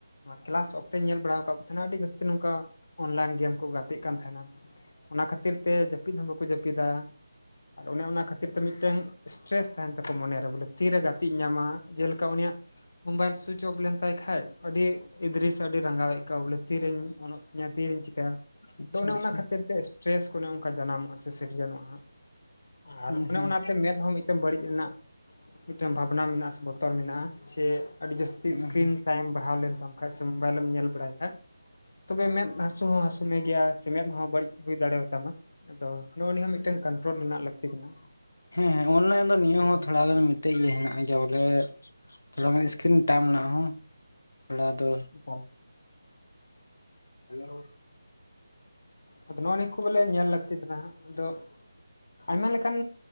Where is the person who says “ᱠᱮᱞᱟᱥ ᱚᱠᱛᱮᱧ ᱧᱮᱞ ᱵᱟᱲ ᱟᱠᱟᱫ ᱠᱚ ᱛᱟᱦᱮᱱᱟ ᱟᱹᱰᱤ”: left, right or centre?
Left